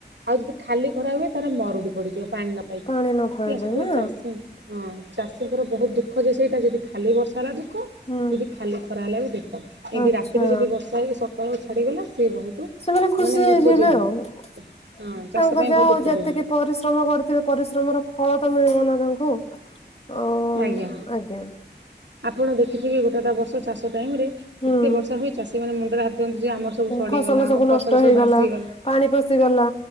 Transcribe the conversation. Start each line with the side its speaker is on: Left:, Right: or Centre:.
Right: ଆଉ ଯଦି ଖାଲି ଖରା ହୁଏ ତାହେଲେ ମରୁଡି ପଡିଯିବ ପାଣି ନ ପାଇ
Left: ପାଣି ନ ପାଇଲେ
Right: ସେଥିପାଇଁ
Left: ନା।
Right: ଚାଷୀ ହଁ ଚାଷୀଙ୍କର ବହୁତ ଦୁଃଖ ଯେ ସେଇଟା ଯଦି ଖାଲି ବର୍ଷା ହେଲା ଦୁଃଖ
Left: ହୁଁ
Right: ଦେଖ ଖାଲି ଖରା ହେଲା ବି ଦୁଃଖ ଏମିତି
Left: ଆଚ୍ଛା
Right: ରାତିରେ ଯି ବର୍ଷା ହେଇ ସକାଳୁ ଛାଡ଼ିଗଲା ସିଏ ବହୁତ
Left: ସେମାନେ ଖୁସି
Right: ମାନେ
Left: ହେଇଯିବେ
Right: ଉପଯୋଗୀ
Left: ଆଉ ତାଙ୍କ
Right: ହଁ ଚାଷ ପାଇଁ
Left: ଯାହା
Right: ବହୁତ
Left: ହଉ
Right: ଉପଯୋଗୀ
Left: ଯେତିକି ପରିଶ୍ରମ କରିଥିବେ ପରିଶ୍ରମର ଫଳ ତ ମିଳିବ ନା ତାଙ୍କୁ? ଓ
Right: ଆଜ୍ଞା
Left: ଆଜ୍ଞା।
Right: ଆପଣ ଦେଖିଥିବେ ଗୋଟେ ଗୋଟା ବର୍ଷ ଚାଷ ଟାଇମରେ
Left: ହୁଁ
Right: ଏତେ ବର୍ଷା ହୁଏ ଚାଷୀ ମାନେ ମୁଣ୍ଡରେ ହାତ ଦିଅନ୍ତି ଯେ ଆମର ସବୁ ସଡିଗଲା
Left: ଫସଲ
Right: ଆମ
Left: ସବୁ
Right: ଫସଲ
Left: ନଷ୍ଟ
Right: ସବୁ
Left: ହେଇଗଲା
Right: ଭାସିଗଲା।
Left: ପାଣି ପଶିଗଲା